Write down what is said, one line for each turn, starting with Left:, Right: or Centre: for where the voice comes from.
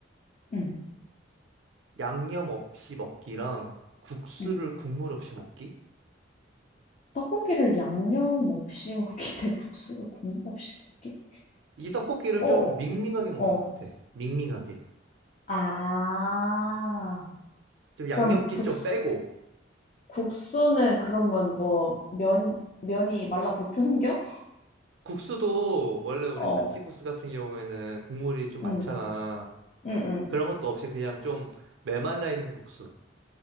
Left: 응.
Right: 양념 없이 먹기랑 국수를
Left: 응.
Right: 국물 없이 먹기?
Left: 떡고기를 양념 없이 <laughs> 먹기 대 국수를 국물 없이 먹기?
Right: 이게 떡볶이를
Left: 어,
Right: 좀 밍밍하게 먹는
Left: 어.
Right: 것 같아. 밍밍하게.
Left: 아,
Right: 좀 양념기
Left: 그럼 국수,
Right: 좀 빼고.
Left: 국수는 그러면 뭐, 면, 면이 말라붙은겨?
Right: 국수도 원래
Left: <laughs>
Right: 우리
Left: 어,
Right: 잔치국수 같은 경우에는 국물이 좀 많잖아.
Left: 응, 응, 응.
Right: 그런 것도 없이 그냥 좀 메말라 있는 국수.